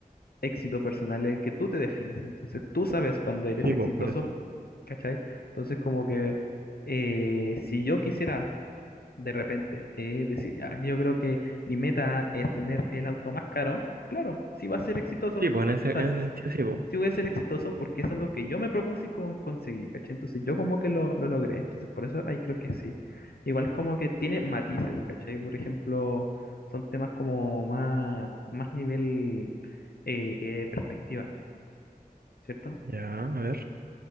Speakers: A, on the left; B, on the right.
A: éxito personal es el que tú te defines, entonces tú sabes cuando eres
B: Sí,
A: exitoso,
B: pues, por eso.
A: ¿cachai? Entonces como que eh, si yo quisiera de repente. Es decir, ya, yo creo que mi meta es tener el auto más caro. Claro, si va a ser exitoso,
B: Sí, pues, en ese,
A: o sea,
B: en ese sentido, sí, pues.
A: si voy a ser exitoso porque es algo que yo me propuse y con- conseguí, ¿cachai? Entonces yo como que lo, lo logré, entonces por eso ahí creo que sí. Igual es como que tiene matices, ¿cachai? Por ejemplo, son temas como más, más nivel eh, eh, perspectiva, ¿cierto?
B: Ya, a ver.